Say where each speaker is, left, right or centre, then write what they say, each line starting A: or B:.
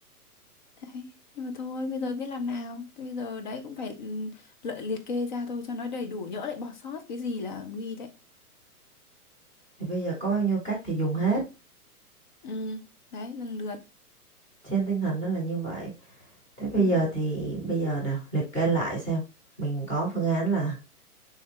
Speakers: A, on the left; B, on the left.
A: Đấy. Nhưng mà thôi bây giờ biết làm nào. Thế bây giờ đấy cũng phải ừ, lợi liệt kê ra thôi cho nó đầy đủ. Nhỡ lại bỏ sót cái gì là nguy đấy.
B: thì bây giờ có bao nhiêu cách thì dùng hết
A: Ừ đấy lần lượt
B: trên tinh thần nó là như vậy thế bây
A: ừ
B: giờ thì bây giờ nào liệt kê lại xem mình có phương án là